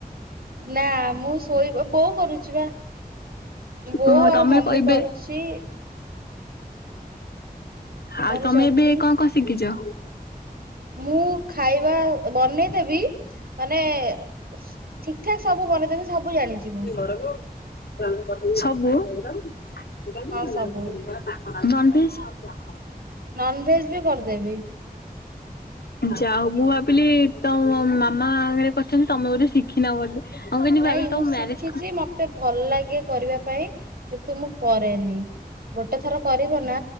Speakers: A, on the right; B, on the left.
A: ନା ମୁଁ ଶୋଇବା ବୋଉ କରୁଛି ବା। ବୋଉ
B: ହ
A: ଆଉ
B: ତମେ
A: ମମି
B: କହିବେ
A: କରୁଛି
B: ଆଉ
A: କରୁଛନ୍ତି
B: ତମେ ଏବେ କଣ କଣ ଶିଖିଛ?
A: ମୁଁ ଖାଇବା ବନେଇଦେବି ମାନେ ଠିକଠାକ ସବୁ ବନେଇଦେବି ସବୁ ଜାଣିଛି ମୁଁ।
B: ବଡବୋଉ। ସବୁ
A: ହଁ ସବୁ
B: <unintelligible>
A: ନନ ଭେଜ ବି କରିଦେବି।
B: ଯାାଉ ମୁଁ ଭାବିଲି ତମ ମାମାଙ୍ଗରେ କହିଛନ୍ତି ତମେ ବୋଧେ ଶିଖିିନ ବୋଧେ। ମୁଁ କିନ୍ତୁ
A: ନାଇଁ
B: ଭାବିଲି
A: ମୁଁ
B: ତମ
A: ଶିଖିଛି
B: ମ୍ୟାରେଜ
A: ମତେ ଭଲ ଲାଗେ କରିବା ପାଇଁ କିନ୍ତୁ ମୁଁ କରେନି। ଗୋଟେ ଥର କରିବ ନା